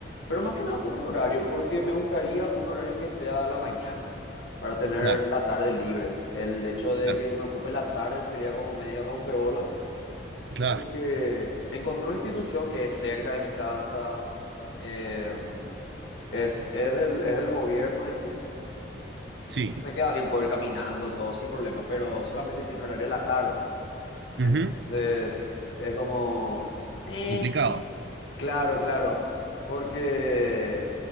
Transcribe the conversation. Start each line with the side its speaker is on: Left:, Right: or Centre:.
Left: Pero más que nada por el horario, porque me gustaría un horario que sea la mañana, para tener
Right: Claro,
Left: la tarde libre. El hecho de
Right: claro,
Left: que me ocupe la tarde sería como medio rompebolas,
Right: claro.
Left: porque encontré una institución que es cerca de mi casa, eh, es, es del, es del gobierno y así.
Right: Sí.
Left: Me queda bien poder ir caminando, todo sin problema, pero solamente tiene horario en la tarde. Entonces,
Right: Ujú.
Left: es como, eh,
Right: Complicado.
Left: claro, claro, porque